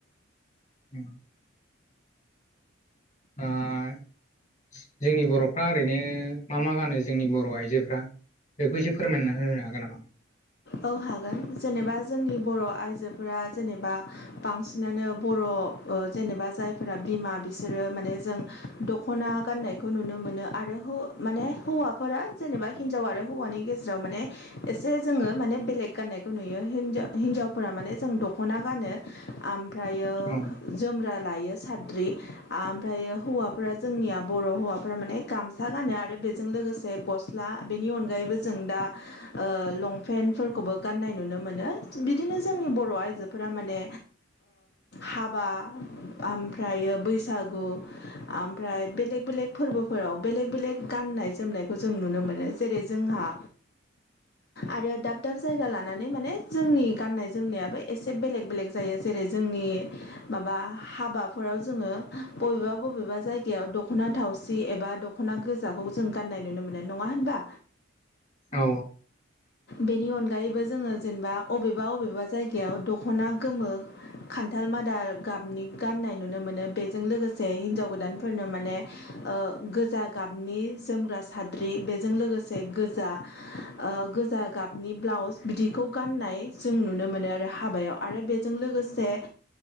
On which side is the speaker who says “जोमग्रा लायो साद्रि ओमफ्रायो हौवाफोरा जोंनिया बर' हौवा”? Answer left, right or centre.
Left